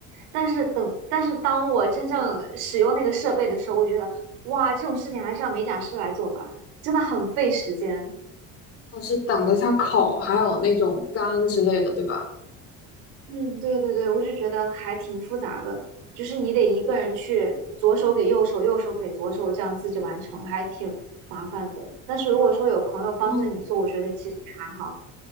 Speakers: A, on the right (about 90°); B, on the left (about 45°).
A: 但是等，但是当我真正使用那个设备的时候，我觉得，哇，这种事情还是让美甲师来做吧，真的很费时间。
B: 我是等着它烤，还有那种干之类的，对吧？
A: 嗯，对对对，我就觉得还挺复杂的，就是你得一个人去左手给右手，右手给左手，这样自己完成，还挺麻烦的。但是如果说有朋友帮着你做，
B: 嗯
A: 我觉得其实还好。